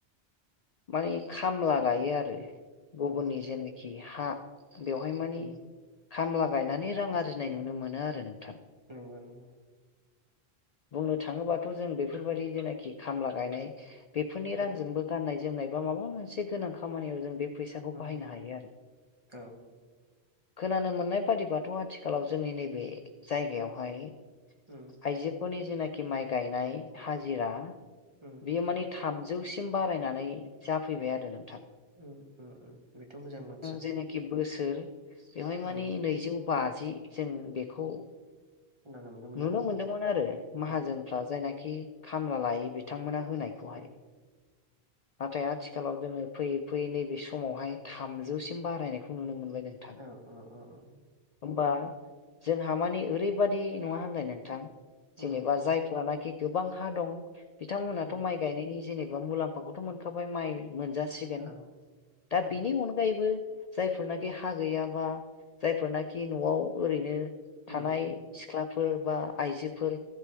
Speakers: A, on the left; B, on the right.
A: माने खामला गायो आरो। गुबुननि
B: औ
A: जेनाखि हा बेवहाय मानि
B: उम
A: खामला गायनानै रां आरजिनाय नुनो मोनो आरो नोंथां।
B: नंगौ नंगौ।
A: बुंनो थाङोबाथ' जों बेफोरबायदि जेनाखि खामला गायनाय बेफोरनि
B: उम
A: रांजोंबो गाननाय जोमनाय बा माबा मोनसे गोनां खामानियाव जों बे फैसाखौ
B: उम
A: बाहायनो हायो आरो।
B: औ
A: खोनानो मोननाय बादिबाथ' आथिखालाव जोंनि नैबे जायगायावहाय
B: उम
A: आइजोफोरनि जेनाखि माइ गायनाय हाजिरा
B: उम
A: बेयो मानि थाम जौसिम बारायनानै जाफैबाय आरो नों
B: औ ओ ओ बेथ' मोजां बाथ्रा।
A: जेनाखि बोसोर बेवहाय मानि
B: उम
A: नैजौ बाजि जों बेखौ
B: खोनानो मोनदोंमोन
A: नुनो
B: ना
A: मोनदोंमोन आरो माहाजोनफ्रा
B: औ
A: जायनाखि खामला लायो बि थांमोना होनायखौहाय
B: औ
A: नाथाय आथिखालाव जोङो फैयै फैयै नैबे समावहाय थामजौसिम बारायनायखौ नुनो मोनबाय। नोंथां
B: औ औ औ औ
A: होमबा जोंहा मानि ओरैबादि नङा होनलाय नोंथां
B: उम
A: जेनेबा जायफ्रानाखि गोबां हा दं बिथांमोनाथ'
B: उम
A: माइ गायनायनि जेनेबा मुलाम्फाखौथ' मोनखाबाय माइ मोनजा सेम
B: औ
A: दा
B: औ
A: बेनि अनगायैबो जायफोरनाखि हा गैयाबा जायफोरनाखि न'आव ओरैनो
B: उम
A: थानाय
B: उम
A: सिख्लाफोर बा आइजोफोर